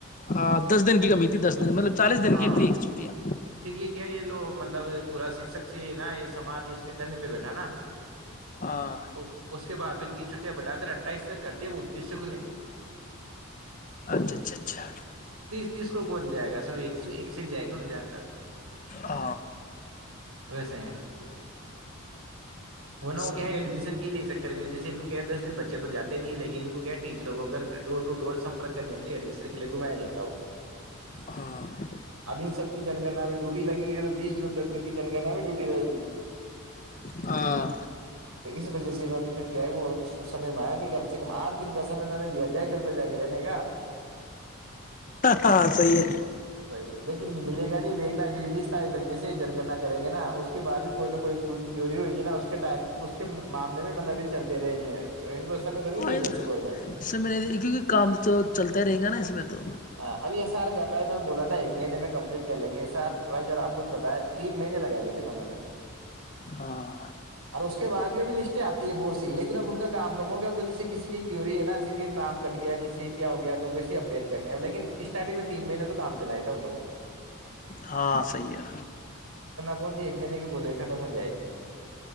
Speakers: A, on the left (about 35°); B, on the right (about 80°).
A: ہاں دس دن کی کمی تھی دس دن مطلب چالیس دن
B: ہاں
A: کی تھی چھٹیاں
B: پھر یہ کیا یہ لو مطلب پورا شکشک سے نا یہ سمج اس پہ دھنند پہ بیٹھا نا
A: ہاں
B: تو اس کے بعد بھی ان کی چٹی بٹا کر اٹھائیس سےک کر دیا وہ انتیس سے کھ لیں گے ا کیا
A: اچھا اچھا اچھا
B: یس کون جائے گا سب ایک ایک سے جائے گا س
A: ہ
B: ویسے وہنا ہو
A: صحیح
B: کیا ایڈمشن
A: ہے
B: کے لیے جیے کو کیا دس دن بچے تو جاتے نہیں لیکن انن کو کیا ٹیچروں کو گھر ڈور ٹو ڈور سمپر کرنے کے لیے ایڈمیشن کے لیے گھمیا جاتا وہ
A: ہاں
B: اب ان سب کی جنگننا میں ڈیوٹی لگی ہوئی ہے تو بیس جون تک ان کی جنگننا میں ڈیوٹی لگے گی
A: ہاں
B: تو اس وجہ سے وں نےھر کیا ہے وہ سمے م آگیا کہ کم سے کم آٹ دن کا سمے تو ہمیں دیا جائے گھر پہ جا کے رہنے گا
A: ہاں صحی ہے
B: صحیح ہے لیکن ملے گا نہیں دیکنا کیکہ بیس تاریخ تک جیسے جنگنا کریں گے نا اس کے بع بھی کوئی نہ کوئی کیوری ہوگی نا اس اس کے ٹائم اس کے معامل میں مطلب کہ چلتے رہیں گے ان کو سمے تو نہیں
A: ہاں
B: دیں گے ایسے گورنمنٹ
A: اس میں نہیں کیونکہ کام تو چلتا رہے گا نا اس میں تو
B: ہاں ابھی ایس آر کہ تھا ہے انہوں نے بولا نا ایک مہنے میں کمپلیٹ کر لیں گے ایس آر وائی جب آپ کو بھی پتا ہے تین مہینے لگا دیتے انہوں نے
A: ہاں
B: اور اس کے بعد بھی لسٹیں آتی ہے بہت سی لیکن اب ان کام کم ہو گیا اب تو جسے کسی کی کیوری ہے نا ج نام کٹ گیا کسی کیا ہو گیا تو ویسے اپڈیٹ کر کرنے لیکن اسٹارٹنگ تین مہینے تو کام چلائے تھا ان لووں کا
A: ہاں صحیح ہے
B: ب جی میں نہیںی بول ایکا تھا مج جائے گا